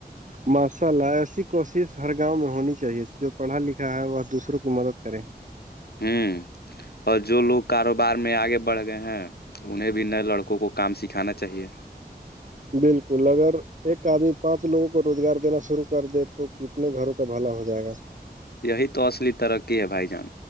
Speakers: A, on the right (about 50°); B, on the left (about 70°).
A: ماشاء اللہ ایسی کوشش ہر گاؤں میں ہونی چاہیے جو پڑھا لکھا ہے وہ دوسروں کی مدد کریں <inaudible>
B: ہوں اور جو لوگ کاروبار میں آگے بڑھ گئے ہیں انہیں بھی نئے لڑکوں کو کام سکھانا چاہیے
A: بالکل اگر ایک آدمی پانچ لوگوں کو روزگار دینا شروع کر دے تو کتنے گھروں کا بھلا ہو جائے گا
B: یہی تو اصلی ترقی ہے بھائی جان